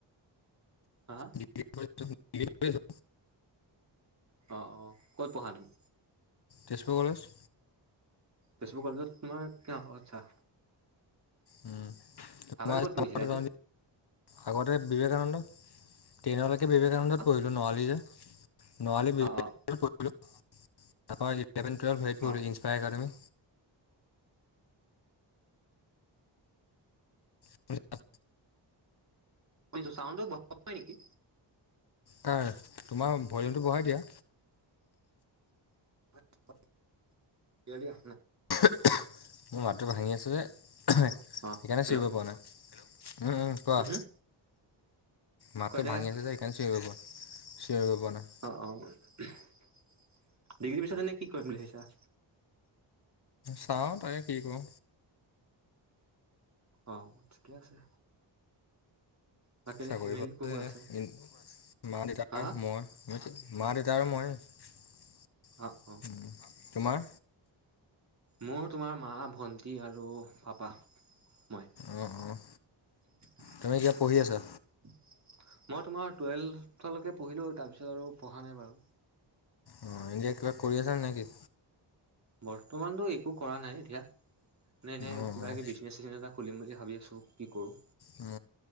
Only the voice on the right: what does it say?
হা হা
অ অ ক'ত পঢ়া তুমি?
তেজপুৰ কলেজত তোমাৰ অ আচ্ছা।
আগতে ক'ত পঢ়িছিলা এনে
অ
অ
অ
শুনিছো চাউন্ডটো বঢ়াব পাই নেকি।
<unintelligible> দিয়া দিয়া।
অ হেল্ল'
হুম
কোৱা
এতিয়া
অ অ ডিগ্ৰী পিছত এনে কি কৰিম বুলি ভাবিছা?
অ ঠিকে আছে। বাকী
ফেমিলি
কোন কোন
আছে
হা
হা অ অ
মোৰ তোমাৰ মা ভন্টি আৰু পাপা মই।
মই
তোমাৰ টুৱেলভলৈকে পঢ়িলো তাৰ পিছত আৰু পঢ়া নাই বাৰু।
বৰ্তমানতো একো কৰা নাই এতিয়া এনে এনে
কিবা
কিবি বিজনেচ নেজ এটা খুলিম বুলি ভাব আছো কি কৰো।